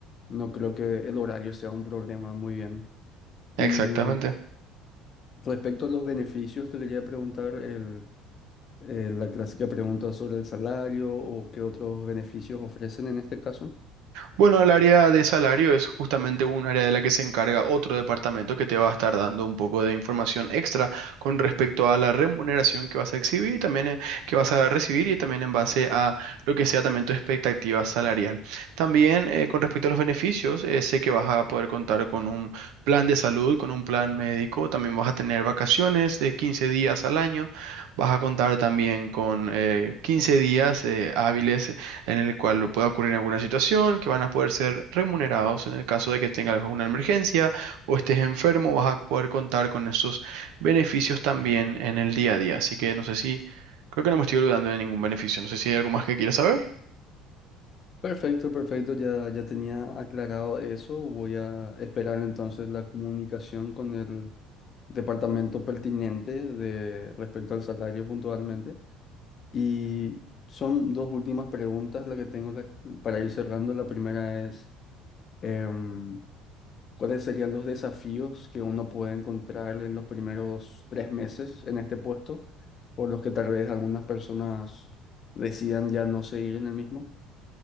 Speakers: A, on the left; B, on the right.
A: no creo que el horario sea un problema muy bien. Y
B: Exactamente.
A: respecto a los beneficios, te quería preguntar el, eh, la clásica pregunta sobre el salario o qué otros beneficios ofrecen en este caso.
B: Bueno, el área de salario es justamente un área de la que se encarga otro departamento que te va a estar dando un poco de información extra con respecto a la remuneración que vas a exhibir y también eh, que vas a recibir y también en base a lo que sea también tu expectativa salarial. También eh, con respecto a los beneficios, eh, sé que vas a poder contar con un plan de salud, con un plan médico, también vas a tener vacaciones de 15 días al año, vas a contar también con eh, 15 días eh, hábiles en el cual pueda ocurrir alguna situación, que van a poder ser remunerados en el caso de que tengas alguna emergencia o estés enfermo, vas a poder contar con esos beneficios también en el día a día. Así que no sé si, creo que no me estoy olvidando de ningún beneficio. No sé si hay algo más que quieras saber.
A: Perfecto, perfecto, ya, ya tenía aclarado eso. Voy a esperar entonces la comunicación con el departamento pertinente de respecto al salario puntualmente. Y son dos últimas preguntas las que tengo la- para ir cerrando. La primera es, em, ¿cuáles serían los desafíos que uno puede encontrar en los primeros tres meses en este puesto, por los que tal vez algunas personas decidan ya no seguir en el mismo?